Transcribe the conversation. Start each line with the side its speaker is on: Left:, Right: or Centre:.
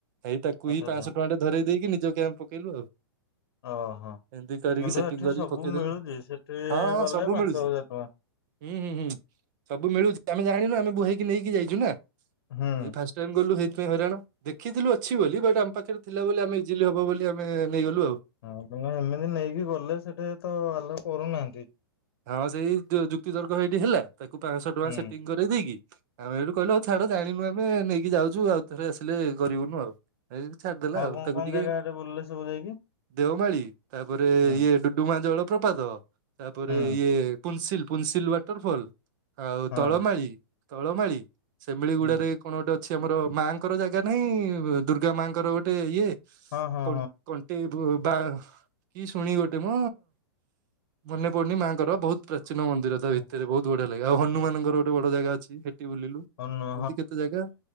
Right: ଏହି ତାକୁ
Left: ଆଚ୍ଛା
Right: ହି ପାଞ୍ଚଶହ
Left: ଆଚ୍ଛା
Right: ଟଙ୍କାଟେ ଧରଇ ଦେଇକି ନିଜ କ୍ୟାମ୍ପ ପକେଇଲୁ ଆଉ।
Left: ଓହୋ।
Right: ଏମିତି କରିକି
Left: କିନ୍ତୁ
Right: ସେଟିଂ
Left: ଏଠି
Right: କରିକି
Left: ସବୁ
Right: ପକେଇଦେଲୁ
Left: ମିଳୁଛି ସେଠି
Right: ହଁ ହଁ
Left: ଗଲେ
Right: ସବୁ
Left: ପାଞ୍ଚ
Right: ମିଳୁଛି
Left: ହଜାର ଟଙ୍କା।
Right: ହୁଁ ହୁଁ ହୁଁ। ସବୁ ମିଳୁଛି। ଆମେ ଜାଣିନୁ ଆମେ ବୁହେଇକି ନେଇକି ଯାଇଛୁ ନା
Left: ହୁଁ।
Right: ଫାଷ୍ଟ ଟାଇମ ଗଲୁନା ହଇରାଣ ଦେଖିଥିଲୁ ଅଛି ବୋଲି ବଟ ଆମ ପାଖରେ ଥିଲା ବୋଲି ଆମେ ଇଜିଲି ହବ ବୋଲି ଆମେ ନେଇଗଲୁ ଆଉ।
Left: ହଁ ତମେ ଏମିତି ନେଇକି ଗଲେ ସେଠି ତ ଆଲଉ କରୁନାହାନ୍ତି।
Right: ହଁ ସେଇ ଯୁକ୍ତିତର୍କ ସେଇଠି ହେଲା। ତାକୁ ପାଞ୍ଚଶହ ଟଙ୍କା
Left: ହୁଁ।
Right: ସେଟିଂ କର ଦେଇକି ଆମେ କହିଲୁ ଆଉ ଛାଡ ଜାଣିନୁ ଆମେ ନେଇକି ଯାଉଛୁ ଆଉ ଥରେ ଆସିଲେ କରିବୁନୁ ଆଉ। ଏଇ ଛାଡିଦେଲା ଆଉ
Left: କଣ
Right: ତାକୁ
Left: କଣ
Right: ଟିକେ
Left: ଜାଗା ଆଡେ ବୁଲିଲେ ସବୁ ଯାଇକି
Right: ଦେଓମାଳି ତାପରେ
Left: ହୁଁ
Right: ଇଏ ଡୁଡୁମା ଜଳ ପ୍ରପାତ ତାପରେ
Left: ହୁଁ
Right: ଇଏ ପୁନସିଲ୍ ପୁନସିଲ୍ ୱାଟରଫଲ ଆଉ
Left: ହଁ
Right: ତଳମାଳି ତଳମାଳି ସେମିଳି ଗୁଡାରେ
Left: ହୁଁ।
Right: କଣ ଗୋଟେ ଅଛି ଆମର ମାଙ୍କର ଜାଗା ନାହିଁ ଦୁର୍ଗା ମାଙ୍କର ଗୋଟେ ଇଏ <unintelligible>
Left: ହଁ ହଁ
Right: କଂ କଣ୍ଟେଇ ବୁ ବା କି ଶୁଣି ଗୋଟେ ମ ମନେ ପଡୁନି ମାଙ୍କର ବୋହୁତ ପ୍ରାଚୀନ ମନ୍ଦିର
Left: ହଁ।
Right: ତା ଭିତରେ ବୋହୁତ ବଢିଆ ଲାଗେ ଆଉ ହନୁମାନଙ୍କର ଗୋଟେ ବଡ ଜାଗା ଅଛି ହେ ଟି ବୁଲିଲୁ
Left: ହନୁ
Right: ଏମତି କେତେ ଜାଗା